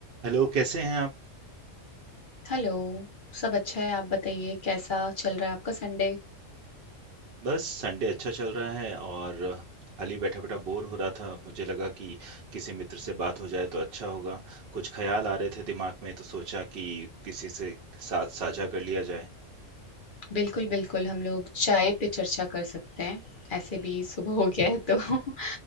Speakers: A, on the right (about 60°); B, on the left (about 50°).
A: Hello कैसे हैं आप
B: Hello सब अच्छा है आप बताइए कैसा चल रहा है आपका संडे
A: बस संडे अच्छा चल रहा है और खाली बैठा बैठा बोर हो रहा था मुझे लगा कि किसी मित्र से बात हो जाए तो अच्छा होगा कुछ ख्याल आ रहे थे दिमाग में तो सोचा कि किसी से साथ साझा कर लिया जाए
B: बिल्कुल बिल्कुल हम लोग चाय पे चर्चा कर सकते हैं ऐसे भी सुबह हो गया है तो <laughs>